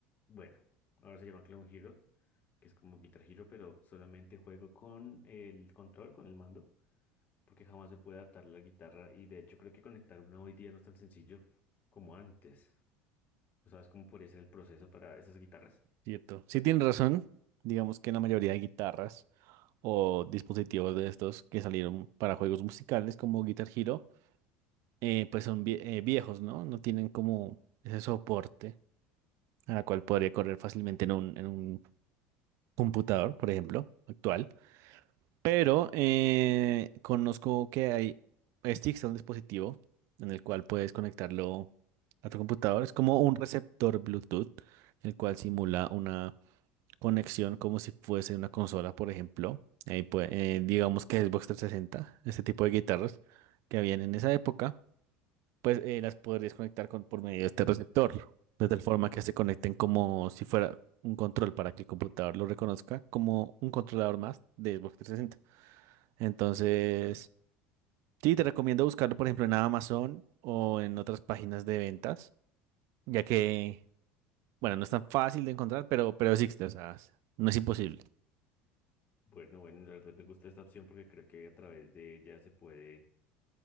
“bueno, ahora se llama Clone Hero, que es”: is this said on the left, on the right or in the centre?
Left